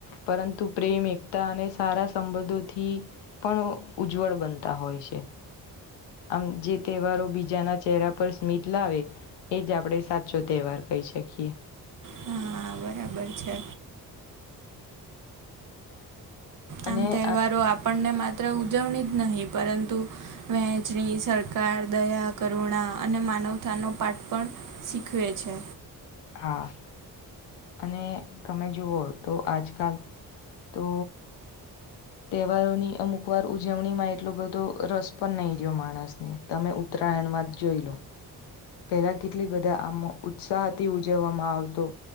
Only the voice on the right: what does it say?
હા બરાબર છે.
આમ તહેવારો
આપણને માત્ર ઉજવણી જ નહીં પરંતુ વહેંચણી, સરકાર, દયા, કરુણા અને માનવતાનો પાઠ પણ શીખવે છે.